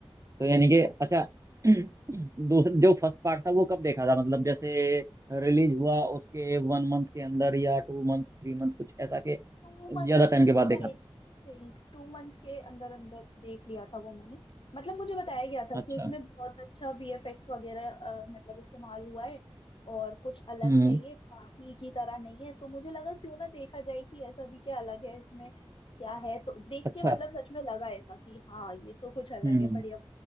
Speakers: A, on the right; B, on the left.
A: तो यानी कि अच्छा <clears throat> दूसरा जो फर्स्ट पार्ट था वो कब देखा था मतलब जैसे रिलीज हुआ उसके वन मंथ के अंदर या टू मंथ थ्री मंथ कुछ ऐसा के
B: टू मंथ
A: ज्यादा टाइम
B: के अंदर
A: के बाद देखा
B: आई
A: था
B: थिंक टू मंथ के अंदर अंदर देख लिया था वो मैंने मतलब मुझे बताया गया था
A: अच्छा
B: कि उसमें बहुत अच्छा वीएफएक्स वगैरह अ, मतलब इस्तेमाल हुआ है और कुछ अलग
A: हम्म
B: है ये बाकी की तरह नहीं है तो मुझे लगा क्यों ना देखा जाए कि ऐसा भी क्या अलग है इसमें क्या है तो देख
A: अच्छा
B: के मतलब सच में लगा ऐसा कि हाँ ये तो कुछ अलग
A: हम्म
B: है बढ़िया